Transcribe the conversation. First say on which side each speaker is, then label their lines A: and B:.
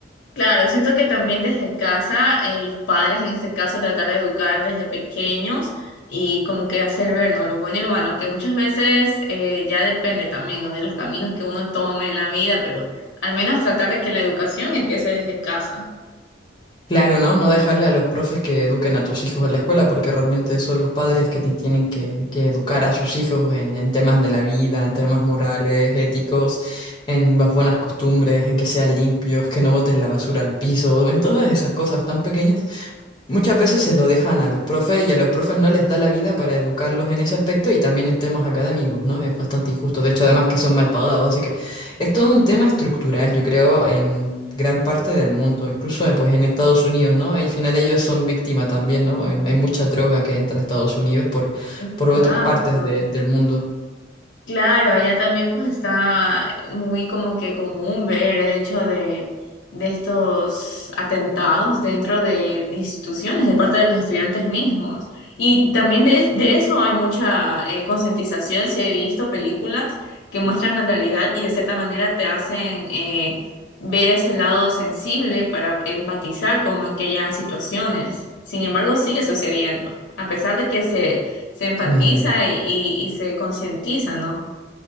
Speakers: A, on the left; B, on the left.
A: claro, siento que también desde casa, eh, los padres en este caso tratar de educar desde pequeños y como que hacer ver, ¿no? Lo bueno y lo malo, aunque muchas veces eh, ya depende también, ¿no? De los caminos que uno tome en la vida, pero al menos tratar de que la educación empiece desde casa.
B: Claro, ¿no? No dejarle a los profes que eduquen a tus hijos en la escuela, porque realmente son los padres que ti- tienen que, que educar a sus hijos en, en temas de la vida, en temas morales, éticos, en las buenas costumbres, en que sean limpios, que no boten la basura al piso, en todas esas cosas tan pequeñas Muchas veces se lo dejan a los profes y a los profes no les da la vida para educarlos en ese aspecto y también en temas académicos, ¿no? Es bastante injusto. De hecho, además que son mal pagados, así que es todo un tema estructural, yo creo, en gran parte del mundo, incluso eh, pues en Estados Unidos, ¿no? Al final ellos son víctimas también, ¿no? Hay, hay mucha droga que entra a Estados Unidos por,
A: Exacto.
B: por otras partes de- del mundo.
A: Claro, allá también pues está muy como que común ver el hecho de, de estos atentados dentro de instituciones de parte de los estudiantes mismos. Y también de, de eso hay mucha eh, concientización, si he visto películas que muestran la realidad y de cierta manera te hacen eh, ver ese lado sensible para empatizar con aquellas situaciones. Sin embargo, sigue sucediendo, a pesar de que se, se enfatiza
B: Claro.
A: y, y y se concientiza, ¿no?